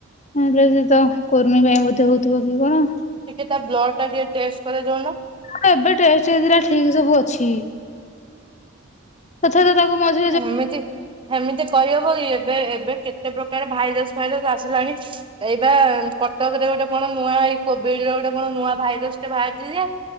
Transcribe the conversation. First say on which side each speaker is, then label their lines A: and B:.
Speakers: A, on the left (about 35°); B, on the right (about 25°).
A: ନହେଲେ ସେ ତ କୁର୍ମି ପାଇଁ ବୋଧେ ହଉଥିବ କି କଣ?
B: ଟିକେ ତା ବ୍ଲଡ୍ ଟା ଟିକେ ଟେଷ୍ଟ କରେଇ ଦଉନ।
A: ତାର ଏବେ ଟେଷ୍ଟ ହେଇଥିଲା ଠିକି ସବୁ ଅଛି। <unintelligible> ତାକୁ ମଝି
B: ସେମିତି ସେମିତି କହି ହବ କି ଏବେ ଏବେ କେତେ ପ୍ରକାର ଭାଇରସ୍ ଫାଇରସ୍ ଆସିଲାଣି। ଏଇବା କଟକରେ ଗୋଟେ କଣ ନୂଆ ଏଇ କୋଭିଡ୍ ର ଗୋଟେ କଣ ନୂଆ ଭାଇରସ୍ ଟେ ବାହାରିଚି ଯେ